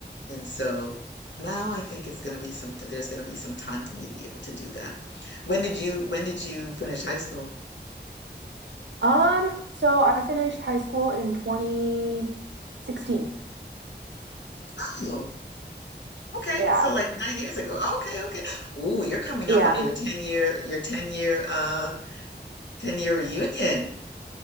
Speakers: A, on the left; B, on the right.
A: and so now I think it's gonna be some, there's gonna be some time for me to be able to do that. When did you, when did you finish high school?
B: Um, so I finished high school in 2016.
A: Oh. Okay,
B: Yeah.
A: so like nine years ago. Okay, okay. Ooh, you're coming
B: Yeah.
A: up on
B: Mm.
A: your 10 year, your 10 year, uh, 10 year reunion.